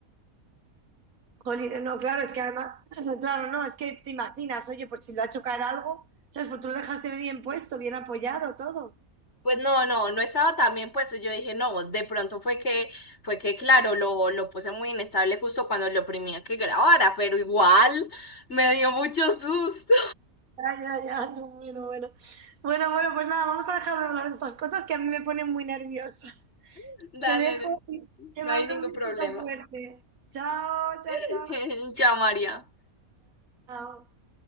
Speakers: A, on the right; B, on the left.
A: Jolín, no, claro, es que además, <clears throat> <laughs> claro, no, es que te imaginas, oye, pues si lo ha hecho caer algo, ¿sabes? Pues tú lo dejaste bien puesto, bien apoyado, todo.
B: Pues no, no, no estaba tan bien puesto. Yo dije, no, de pronto fue que, fue que, claro, lo, lo puse muy inestable justo cuando lo oprimía que grabara, pero igual me dio mucho susto.
A: Ya, ya, ya, <laughs> no, bueno, bueno. Bueno, bueno, pues nada, vamos a dejar de hablar de estas cosas que a mí me ponen muy nerviosa.
B: <laughs> Dale,
A: Te dejo y te
B: no
A: mando
B: hay ningún
A: un besito
B: problema.
A: fuerte. Chao, chao,
B: <laughs>
A: chao.
B: Ya, María.
A: Chao.